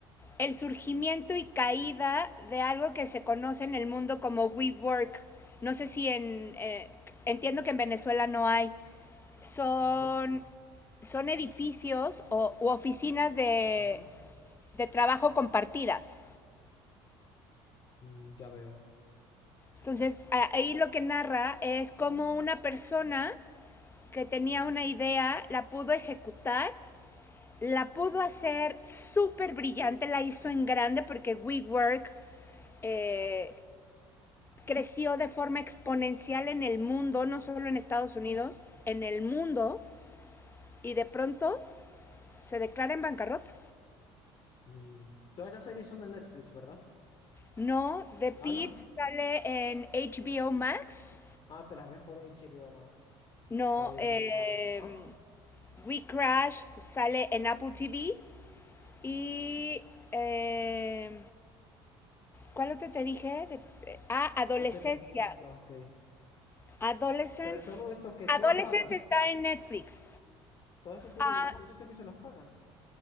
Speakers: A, on the left (about 20°); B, on the left (about 45°).
A: el surgimiento y caída de algo que se conoce en el mundo como WeWork. No sé si en. eh, entiendo que en Venezuela no hay. Son,
B: No.
A: son edificios o u oficinas de,
B: Ajá.
A: de trabajo compartidas.
B: Mm, ya veo.
A: Entonces, ahí lo que narra es cómo una persona que tenía una idea, la pudo ejecutar, la pudo hacer súper brillante, la hizo en grande porque WeWork eh, creció de forma exponencial en el mundo, no solo en Estados Unidos, en el mundo, y de pronto se declara en bancarrota.
B: Mm, Todas estas series son de Netflix, ¿verdad?
A: No, The Pit
B: Ah, ¿no?
A: sale en HBO Max.
B: Ah, te las ves por HBO Max.
A: No,
B: Está bien.
A: eh,
B: ¿Ah?
A: We Crashed sale en Apple TV. Y eh, ¿Cuál otro te dije? De- eh, ah, adolescencia.
B: HBO. Ah, ok.
A: Adolescence.
B: Pero todo esto que tú
A: Adolescence
B: lo pagas,
A: está en Netflix.
B: todo esto tú,
A: Ah,
B: lo- y todos estos servicios los pagas.